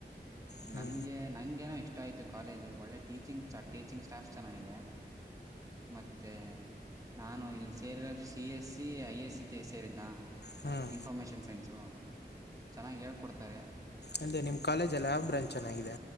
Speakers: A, on the left; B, on the right.
A: ಹ್ಞೂ
B: ನಂಗೆ ನಂಗೆೇನೋ ಇಷ್ಟ ಆಯ್ತು ಕಾಲೇಜು ಒಳ್ಳೆ ಟೀಚಿಂಗ್ ಟೀಚಿಂಗ್ ಸ್ಟಾಫ್ ಚೆನ್ನಾಗಿದೆ ಮತ್ತೆ ನಾನು ಇಲ್ಲಿ ಸೇರಿರೋದು ಸಿ ಎಸ್ಸಿ ಐ ಎಸ್ಸಿ ಸೇರಿದ್ದ ಇನ್
A: ಹ್ಞೂ ಹ್ಞೂ
B: ಇನ್ಫಮೇಷನ್ ಸೈನ್ಸು ಚೆನ್ನಾಗಿ ಹೇಳ್ಕೊಡ್ತಾರೆ
A: ಅಂದ್ರೆ ನಿಮ್ಮ್ ಕಾಲೇಜಲ್ಲಿ ಯಾವ ಬ್ರಾಂಚ್ ಚೆನ್ನಾಗಿದೆ